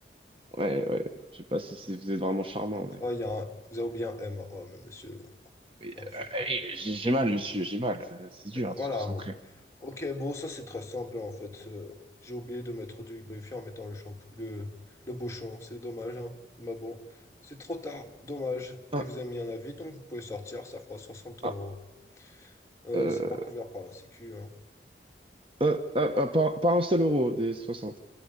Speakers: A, on the right; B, on the left.
A: Ouais, ouais, je sais pas si c'est- vous êtes vraiment
B: Voilà.
A: charmant,
B: Hop,
A: mais...
B: ah, il y a un- Vous avez oublié un M à homme, monsieur.
A: Oui,
B: Parfait.
A: euh, allez, j'ai j'ai mal, monsieur, j'ai mal. Euh, C'est dur hein, de
B: Voilà,
A: se concentrer.
B: bon. Ok, bon, ça c'est très simple en fait. Euh, j'ai oublié de mettre du lubrifiant en mettant le champ le, le bouchon. C'est dommage, hein. Mais bon, c'est trop tard. Dommage.
A: Ah,
B: Et vous avez mis un avis, donc vous pouvez sortir. Ça fera 60
A: ah,
B: euros. Euh,
A: euh,
B: c'est pas couvert par la Sécu, hein.
A: ah, ah, ah, pas, pas un seul euro des soixante.